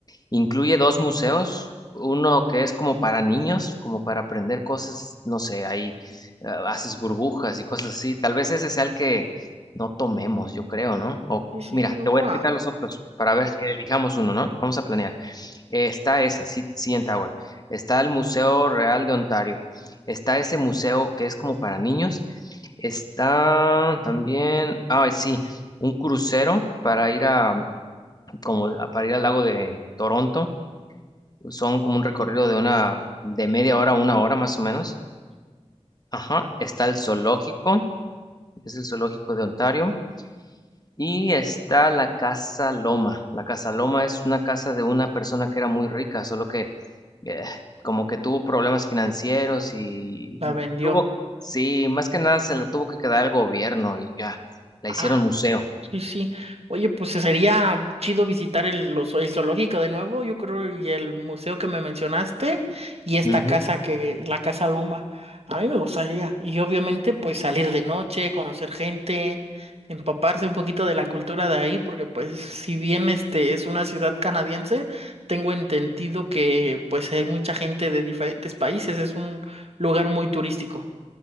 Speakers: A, on the left (about 35°); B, on the right (about 65°).
A: Incluye dos museos, uno que es como para niños, como para aprender cosas, no sé, ahí eh, haces burbujas y cosas así. Tal vez ese sea el que no tomemos, yo creo, ¿no? O
B: Sí, sí.
A: mira,
B: Wow.
A: te voy a explicar los otros para ver que elijamos uno, ¿no? Vamos a planear. Eh, está ese, Ci- CN Tower. Está el Museo Real de Ontario. Está ese museo que es como para niños. Está también, ah, sí, un crucero para ir a, como, a- para ir al lago de Toronto. Son como un recorrido de una, de media hora a una hora más o menos. Ajá. Está el zoológico, es el zoológico de Ontario. Y está la Casa Loma. La Casa Loma es una casa de una persona que era muy rica, solo que eh, como que tuvo problemas financieros y
B: La vendió.
A: tuvo, sí, más que nada se la tuvo que quedar el gobierno y ya, la hicieron
B: Ah,
A: museo.
B: sí, sí. Oye, pues sería chido visitar el, los- el zoológico de nuevo, yo creo, y el museo que me mencionaste, y esta
A: Ujú.
B: casa que, la Casa Loma. A mí me gustaría. Y obviamente, pues salir de noche, conocer gente, empaparse un poquito de la cultura de ahí, porque pues si bien este es una ciudad canadiense, tengo entendido que pues hay mucha gente de diferentes países, es un lugar muy turístico.